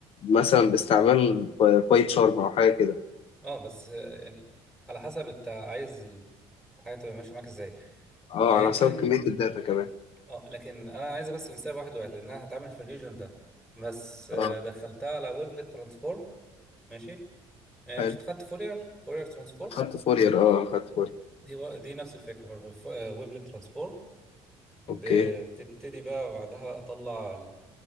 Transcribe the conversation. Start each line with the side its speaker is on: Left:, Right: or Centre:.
Left: مثلا باستعمال باي تشارم او حاجه كده
Centre: اه بس آه، يعني على حسب انت عايز الحاجه تبقى ماشيه معاك ازاي
Left: اه
Centre: لكن
Left: على حسب كميه الداتا كمان
Centre: اه لكن انا عايزه بس من سالب واحد لواحد لان انا هتعامل في الريجن ده بس آه،
Left: اه
Centre: دخلتها على ويفلت ترانسفورم ماشي آه،
Left: حلو
Centre: مش اتخدت فورير فورير ترانسفورم
Left: اخدت فورير اه اخدت فورير
Centre: دي و... دي نفس الفكره برضه ويفلت ترانسفورم بتبتدي
Left: اوكي
Centre: بقى بعدها اطلع